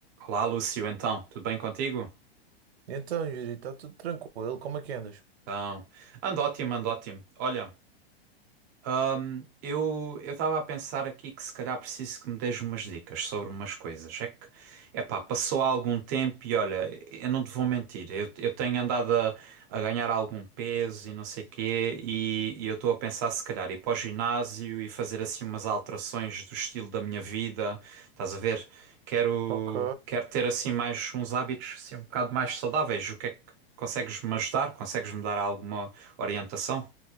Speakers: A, on the right; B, on the right.
A: Olá, Lúcio, então, tudo bem contigo?
B: Então, Yuri, está tudo tranquilo? Como é que andas?
A: Então, ando ótimo, ando ótimo. Olha, Ahm, eu eu estava a pensar aqui que se calhar preciso que me des umas dicas sobre umas coisas. É que, epá, passou há algum tempo e olha, eu não te vou mentir, eu, eu tenho andado a, a ganhar algum peso e não sei quê, e, e eu estou a pensar se calhar ir para o ginásio e fazer assim umas alterações do estilo da minha vida. Estás a ver? Quero,
B: Ok,
A: quero ter assim mais uns hábitos assim, um bocado mais saudáveis. O que é que consegues me ajudar? Consegues me dar alguma orientação?